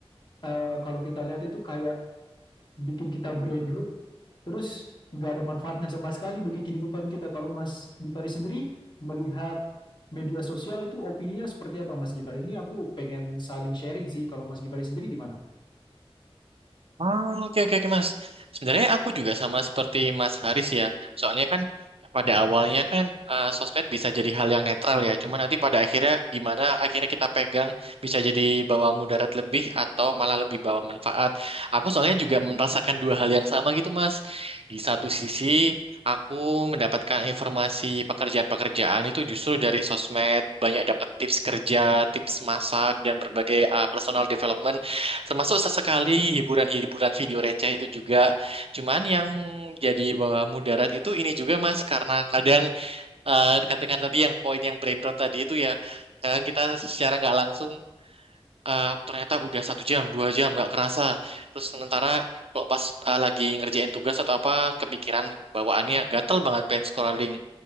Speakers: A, on the left (about 45°); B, on the right (about 70°).
A: eh, kalau kita lihat itu kayak bikin kita brain rot terus nggak ada manfaatnya sama sekali bagi kehidupan kita. Kalau Mas Gifari sendiri melihat media sosial itu opininya seperti apa Mas Gifari? Ini aku pengen saling sharing sih. Kalau Mas Gifari sendiri gimana?
B: Ah, oke oke oke, Mas. Sebenarnya aku juga sama seperti Mas Haris ya. Soalnya kan eh, pada awalnya kan eh, sosmed bisa jadi hal yang netral ya. Cuma nanti pada akhirnya gimana akhirnya kita pegang bisa jadi bawa mudarat lebih atau malah lebih bawa manfaat. Aku soalnya juga merasakan dua hal yang sama gitu, Mas. Di satu sisi Aku mendapatkan informasi pekerjaan-pekerjaan itu justru dari sosmed, banyak dapat tips kerja, tips masak, dan berbagai eh, personal development. Termasuk sesekali hiburan-hiburan video receh itu juga. Cuman yang jadi bawah mudarat itu ini juga Mas, karena kadang eh katakan tadi yang poin yang brain rot tadi itu ya, kadang kita secara nggak langsung eh, ternyata udah satu jam, dua jam nggak kerasa. Terus sementara kalau pas eh, lagi ngerjain tugas atau apa, kepikiran bawaannya gatel banget pengen scrolling.